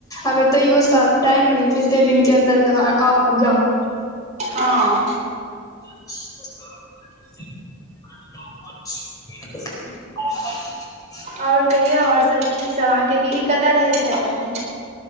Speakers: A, on the left; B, on the right.
A: आब ए तैयो सब टाइम रहै छै एते दिन के अन्दर मेअहाँ आउ आ जाउ
B: हँ
A: <unintelligible> <unintelligible>
B: आओर कहियौ आओर सब की सब अहाँके दीदी कतय रहै छथि अखन